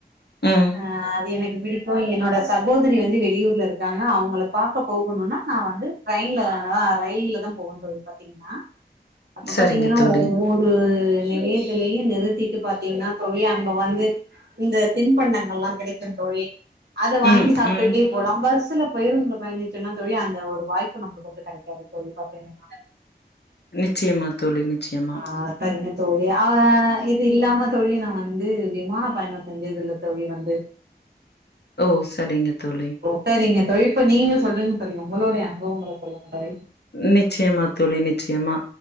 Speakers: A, on the left; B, on the right.
A: ம்
B: ஆ அது எனக்கு பிடிக் கு என்னோட சகோதரி வந்து வெளியூர்ல இருக்காங்க அவுங்கள பாக்க போகணுனா நா வந்து ட்ரெயின்ல ஆ ரயில்ல தா போவோ தோழி பாத்தீங்கன்னா அப்ப
A: சரிங்க
B: பாத்தீங்கன்னா
A: தோழி.
B: ஒவ்வொரு நிலையங்கல்லயு நிறுத்திட்டு பாத்தீங்ன்னா தோழி அங்க வந்து இந்த தின்பண்டங்கள்லா கிடைக்கு தோழி அத வாங்கி
A: ம்
B: சாப்டுட்டே
A: ம்
B: போலா பஸ் சுல பேருந்துல பயணிச்சோன்னா தோழி அந்த ஒரு வாய்ப்பு நம்ப்ளுக்கு வந்து கெடைக்காது தோழி பாத்தீங்ன்னா
A: நிச்சயமா தோழி நிச்சயமா
B: ஆ சரிங்க தோழி ஆ இது இல்லாம தோழி நா வந்து விமா பயணோ செஞ்சதில்ல தோழி வந்து
A: ஓ சரிங்க தோழி
B: செரிங்க தோழி இப்ப நீங்க சொல்லுங்க தோழி ஒங்களுடைய அனுபவங்கள சொல்லுங்க தோழி
A: நிச்சயமா தோழி‌ நிச்சயமா